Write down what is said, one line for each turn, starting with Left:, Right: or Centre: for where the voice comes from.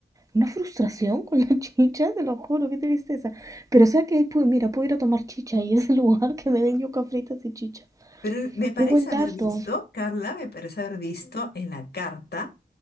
Right: Una frustración con la <laughs> chicha, te lo juro, qué tristeza. Pero o sea que ahí, pues mira, puedo ir a tomar chicha y es el lugar que me den yuca fritas y chicha.
Left: Pero me parece
Right: Qué buen dato.
Left: haber visto, Carla, me parece haber visto en la carta